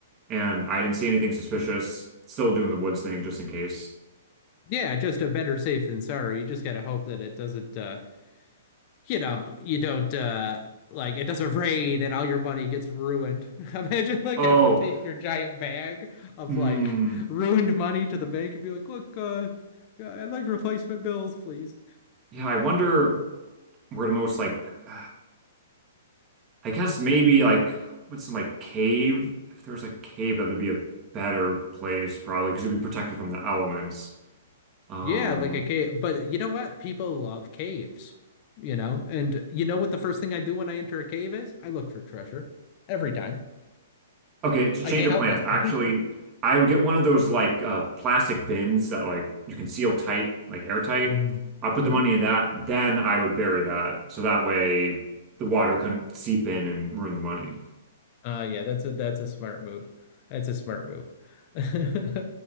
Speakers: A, on the right (about 30°); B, on the left (about 40°).
A: and I didn't see anything suspicious, still doing the woods thing just in case.
B: Yeah, just a better safe than sorry. You just gotta hope that it doesn't uh you know, you don't uh like it doesn't rain and all your money gets ruined. <laughs> Imagine like
A: Oh,
B: having to take your giant bag of
A: mm,
B: like ruined money to the bank and be like, "Look, uh, yeah, I'd like replacement bills, please."
A: yeah. I wonder where the most like <sighs> I guess maybe like with some like cave. If there was like a cave, that would be a better place probably because it'd be protected from the elements. Um,
B: Yeah, like a cave. But you know what? People love caves, you know? And you know what the first thing I do when I enter a cave is? I look for treasure every time.
A: Okay, to
B: I
A: change
B: can't
A: of
B: help
A: plans,
B: it.
A: actually,
B: <laughs>
A: I would get one of those like uh, plastic bins that like you can seal tight, like airtight.
B: Mm-hmm.
A: I put the money in that, then I would bury that, so that way the water couldn't seep in and ruin the money.
B: Uh yeah, that's a that's a smart move. That's a smart move. <laughs>